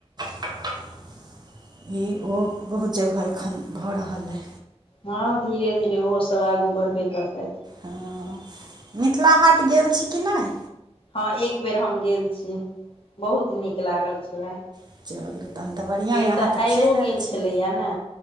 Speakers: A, on the right (about 40°); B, on the left (about 55°).
A: <unintelligible> <inaudible> ई ओ बहुत जगह एखन भऽ रहल अइ
B: हँ धीरे- धीरे ओहो सब आगू बढ़बे करतै।
A: हँ <inaudible> मिथिला हाट गेल छी कि नै
B: हँ एक बेर हम गेल छी <inaudible> बहुत नीक लागल छलै।
A: <unintelligible> बढ़िआँ
B: फेर
A: यए अहाँ
B: तऽ आइगो
A: चलि आयल
B: गेल
A: छी
B: छलैये न।